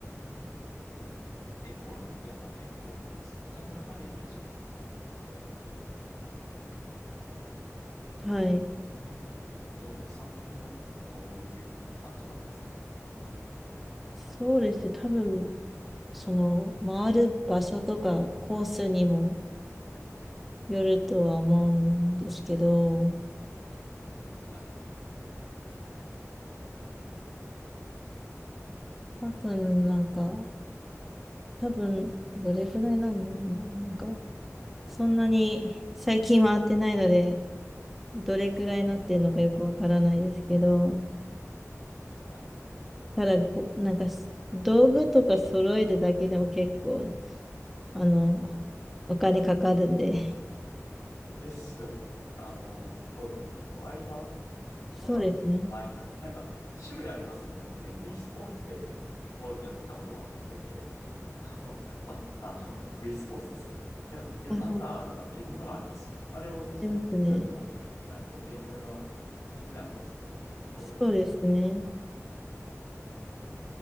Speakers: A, on the left; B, in the centre.
A: え、ゴルフってやっぱ結構なんか、そのお金かかるイメージがあって、
B: はい。
A: その辺、ど予算的なのってどういう感じなんですか
B: そうですね。多分、その、回る場所とかコースにもよるとは思うんですけど、
A: はい。
B: 多分なんか、多分、どれくらいなんだろうな。なんか、そんなに最近は会ってないので、どれくらいなってるのかよくわからないですけど、
A: はい。
B: ただご、なんか道具とか揃えるだけでも結構、あの、お金かかるんで、
A: ですよね。あの、ゴルフのドライバ
B: そうですね。
A: ーとか、マイナー、なんか、種類ありますんで、僕ね、B スポーツでゴルフやったことがあって、あの、まあ、あの、B スポーツですよね。なんか、いろパターとか、
B: あ、はい、
A: いろんなのありますよね。あれを
B: ありますね。
A: 全部持ってないとゲームができないわけですよね。ゴルフ。
B: そうですね。